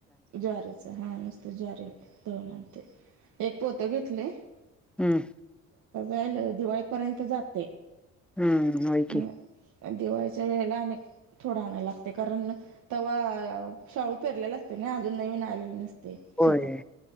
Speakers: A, on the right; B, in the centre.
A: ज्वारीच हा नुसत ज्वारी दळून आणते एक पोत घेतले
B: हम्म
A: जाईल दिवाळीपर्यंत जाते
B: हम्म होय
A: मग
B: की
A: दिवाळीच्या वेळेला अनेक थोडा आणायला लागते कारण तेव्हा शाळू पेरलेला असते ना अजून नवीन आलेले नसते
B: होय
A: शेतात